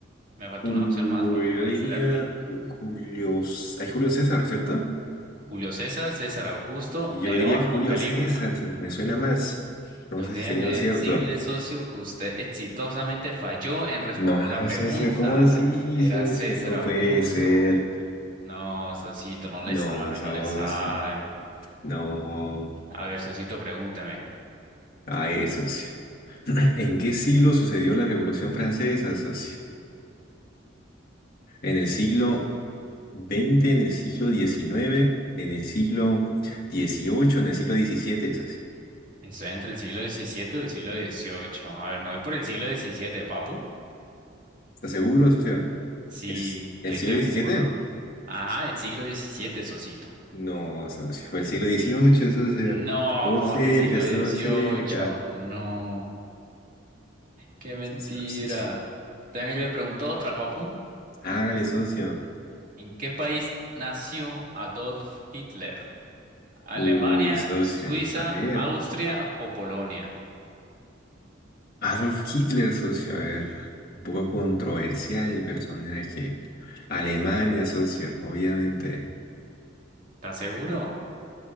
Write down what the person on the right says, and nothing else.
Me faltó
una opción más, papu.
Ahí
se las di.
Julio César, César Augusto,
Nerón
o Calígula.
Pues
déjeme
decirle, socio, que usted exitosamente falló en responder
la pregunta.
Era
César
Augusto.
No, socito, no le
sabe,
no le sabe.
A ver, socito, pregúnteme.
Estoy entre el siglo XVII y el siglo XVIII. A ver, me voy por el siglo XVII, papu.
Sí,
estoy
seguro.
Ajá, el siglo XVII, socito.
No,
como
que siglo
XVIII,
no, qué mentira.
Tenga, yo le pregunto otra, papu.
¿En qué país nació Adolf Hitler? ¿Alemania,
Suiza,
Austria o Polonia?
¿Estás seguro?